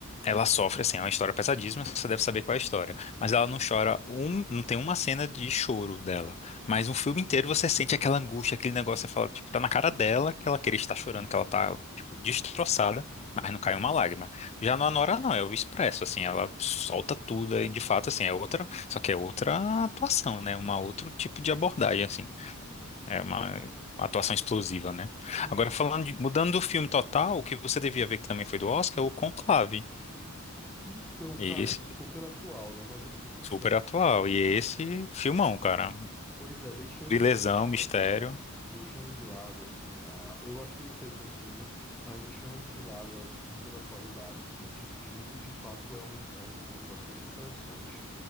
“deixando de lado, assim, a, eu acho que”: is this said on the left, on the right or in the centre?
Centre